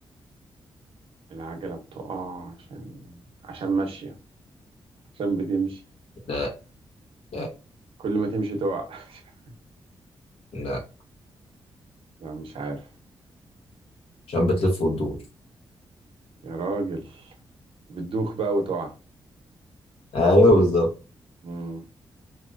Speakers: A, on the right; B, on the left.
A: العجلة بتقع عشان عشان ماشية عشان بتمشي
B: لا لا
A: كل ما تمشي تقع <laughs>
B: لا
A: لا مش عارف
B: عشان بتلف وتدور
A: يا راجل بتدوخ بقى وتقع
B: ايوه بالظبط
A: مم.